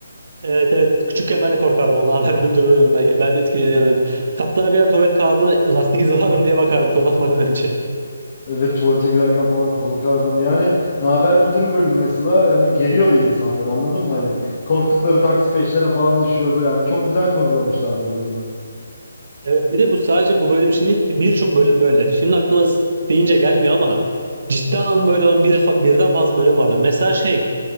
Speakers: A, on the right; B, on the left.
A: Evet evet küçükken ben de korkardım ona haber bülbül bölümünden ya. Ben de etkilenirdim.
B: Ee,
A: Hatta bir ara tuvalet kağıdına lastik izi var mı diye bakardım kullanmadan önce.
B: Evet tuvalete girerken falan korkardım. Yani Naber Müdür bölümü mesela hani geriyordu insanları anladın mı? Hani korktukları taksi peşlerine falan düşüyordu. Yani çok güzel kurgulamışlardı o bölümü.
A: Evet bir de bu sadece bu bölüm için değil birçok bölüm böyle. Şimdi aklıma deyince gelmiyor ama ciddi anlamda böyle olan bir, birden fazla bölüm vardı. Mesela şey